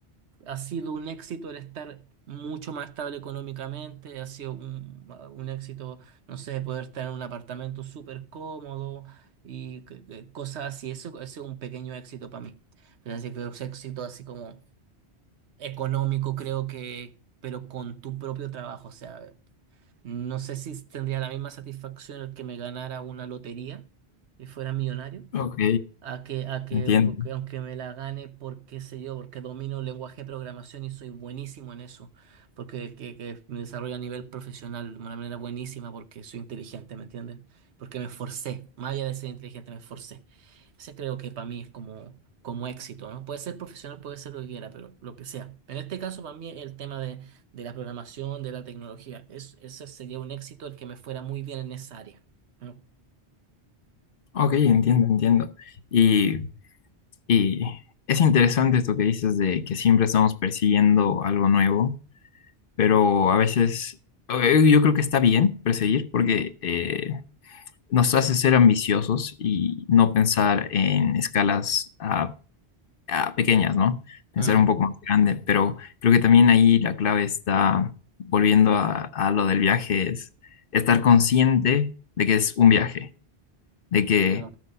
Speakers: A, on the right; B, on the left.
A: ha sido un éxito el estar mucho más estable económicamente, ha sido un, un éxito, no sé, poder estar en un apartamento súper cómodo y c- c- cosas así. Eso, ese es un pequeño éxito para mí. Pero así que es éxito así como económico, creo que, pero con tu propio trabajo, o sea, no sé si tendría la misma satisfacción el que me ganara una lotería y fuera millonario
B: Ok,
A: a que, a que,
B: entiendo.
A: que aunque me la gane por qué sé yo, porque domino el lenguaje de programación y soy buenísimo en eso, porque que, que me desarrollo a nivel profesional de una manera buenísima porque soy inteligente, ¿me entiendes? Porque me esforcé, más allá de ser inteligente, me esforcé. Ese creo que para mí es como, como éxito, ¿no? Puede ser profesional, puede ser lo que quiera, pero lo que sea. En este caso, para mí, el tema de, de la programación, de la tecnología, es, ese sería un éxito el que me fuera muy bien en esa área, ¿no?
B: Ok, entiendo, entiendo. Y, y es interesante esto que dices de que siempre estamos persiguiendo algo nuevo, pero a veces eh, yo creo que está bien perseguir porque... eh, nos hace ser ambiciosos y no pensar en escalas ah, ah, pequeñas, ¿no? Pensar
A: Ujú.
B: un poco más grande, pero creo que también ahí la clave está, volviendo a, a lo del viaje, es estar consciente de que es un viaje, de que,
A: Ya.